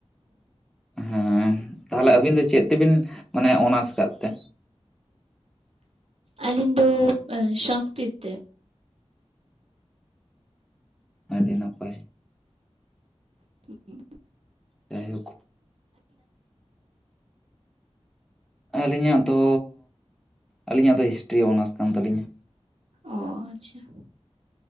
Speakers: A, in the centre; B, on the right.
A: ᱦᱮᱸ ᱛᱟᱦᱚᱞᱮ ᱟᱹᱵᱤᱱ ᱫᱚ ᱪᱮᱫ ᱛᱮᱵᱤᱱ ᱢᱟᱱᱮ ᱚᱱᱟᱨᱥ ᱟᱠᱟᱫ ᱛᱮ
B: ᱟᱹᱞᱤ ᱫᱚ ᱥᱚᱥᱠᱨᱤᱛ ᱛᱮ
A: ᱟᱹᱰᱤ ᱱᱟᱯᱟᱭ
B: <inaudible>
A: ᱡᱟᱭ ᱦᱳᱠ ᱟᱹᱞᱤᱧᱟᱜ ᱫᱚ ᱟᱹᱞᱤᱧᱟᱜ ᱫᱚ ᱦᱤᱥᱴᱨᱤ ᱚᱱᱟᱨᱥ ᱠᱟᱱ ᱛᱟᱹᱞᱤᱧᱟ
B: ᱚ ᱟᱪᱪᱷᱟ